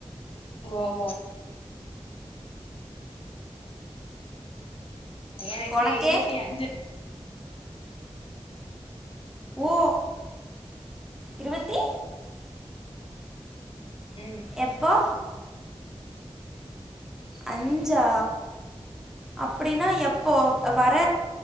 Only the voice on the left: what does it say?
ஓஓ எனக்கு
இருவத்தி அஞ்சு
ம்